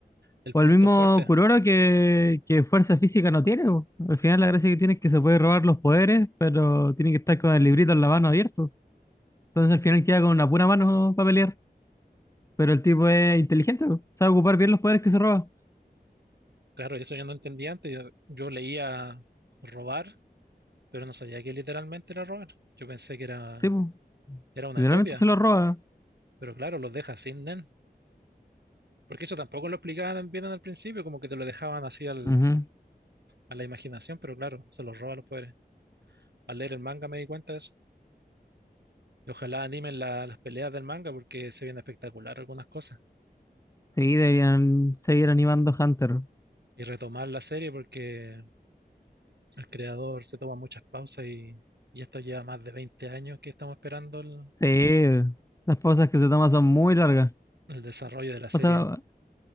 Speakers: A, on the right; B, on the left.
A: el
B: O
A: punto
B: el mismo
A: fuerte.
B: Kuroro que, que fuerza física no tiene, pues. Al final la gracia que tiene es que se puede robar los poderes, pero tiene que estar con el librito en la mano abierto. Entonces al final queda con una pura mano para pelear, pero el tipo es inteligente, pues. Sabe ocupar bien los poderes que se roba.
A: Claro, eso yo no entendía antes, yo, yo leía robar, pero no sabía que literalmente era robar. Yo pensé que era,
B: Sí, pues.
A: era una
B: Literalmente
A: copia,
B: se los roba.
A: pero claro, los deja sin Nen. Porque eso tampoco lo explicaban bien al principio, como que te lo dejaban así al-
B: Ujú.
A: a la imaginación, pero claro, se los roba los poderes. al leer el manga me di cuenta de eso. Y ojalá animen la- las peleas del manga porque se viene espectacular algunas cosas.
B: Sí, deberían seguir animando Hunter.
A: Y retomar la serie porque el creador se toma muchas pausas y, y esto lleva más de 20 años que estamos esperando el,
B: Sí, las pausas que se toman son muy largas.
A: el desarrollo de la serie.
B: Pasa,